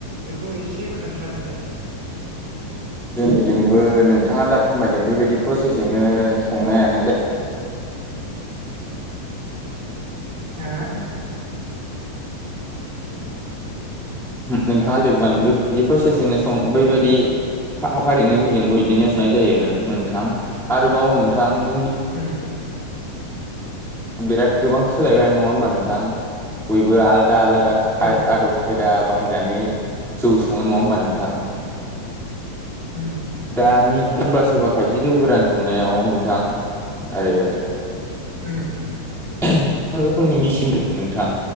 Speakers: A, on the right; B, in the centre.
A: बेखौ एसे खोन्थादो दे
B: जोंदिजोंबो नोंथाङा जा फोरमायदों बेबायदि प्रसेस जोंनो संनायानो जा
A: हा?
B: नोंथाङा जेबा बेबायदि प्रसेंनो सं बैबायदि फा-फारिनो जेजोंबो बिदिनो सनाय जायो नो-नोंथां आरोबाव नोंथां जोंनि
A: उम
B: बिराद गोबां सोलायबायानो नङा होमबा नोंथां? बयबो आलादा आलादा खाय-
A: औ
B: आदब खायदा बाहायनानै जौ सङो नङा होमबा नोंथां
A: हुम
B: दानि <unintelligible> सोरबा सोरबा खायसे जौ गोरान संनायाव नोंथां आरो
A: उम
B: <unintelligible> गोबां रोखोमनि मेसिनदो नोंथां